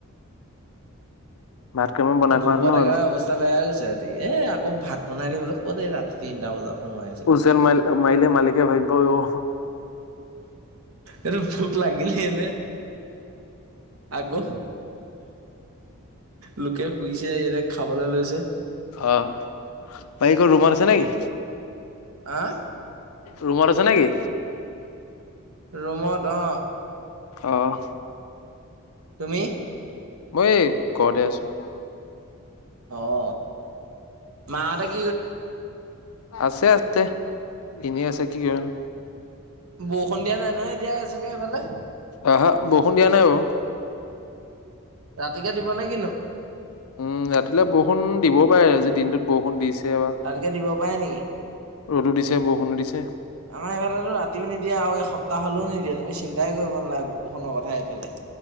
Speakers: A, on the left; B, on the right.
A: <unintelligible> ভাত কেইটামান বনাই খোৱাহেঁতেনো
B: বোকত একেবাৰে
A: আৰু
B: অৱস্থা বেয়া গৈছে ৰাতি এ আকৌ ভাত বনাই থাকিবলে অলপ ক ৰাতি তিনটা বজাত সময় আছেগে।
A: হুইচেল মাইলে মালিকে ভাবিব অ
B: এইটো ভোক লাগিলেই নে আকৌ লোকে শুইছে ই খাবলৈ লৈছে।
A: অ ভাই কি ৰুমত আছে নেকি?
B: আহ?
A: ৰুমত আছে নেকি?
B: ৰুমত অঁ
A: আহ।
B: তুমি
A: মই এই ঘৰতে আছোঁ।
B: অ মা হতে
A: আছে আছে এনেই আছে কি আৰু
B: বৰষুণ দিয়া নাই নহয় এতিয়া চাগে এইফালে।
A: আহা বৰষুণ দিয়া নাই বাও।
B: ৰাতিকে দিবনে কিনো?
A: উম ৰাতিলে বৰষুন দিবও পাৰে আজি দিনটোত বৰষুণ দিছে। বা
B: ৰাতিকে দিব পাৰে নেকি
A: ৰ'দো দিছে বৰষুণো দিছে।
B: আমাৰ এইফালেতো ৰাতিও নিদিয়ে আৰু এসপ্তাহ হলেও নিদিয়ে তুমি চিন্তাই কৰিব নালাগে বৰষুণৰ কথাই এইফালে।